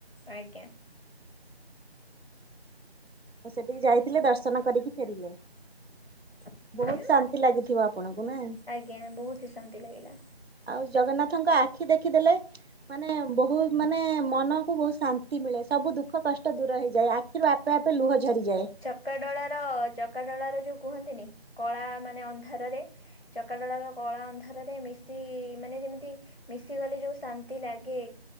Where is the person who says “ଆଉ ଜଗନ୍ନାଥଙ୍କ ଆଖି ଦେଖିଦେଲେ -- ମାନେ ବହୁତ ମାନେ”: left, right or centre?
Right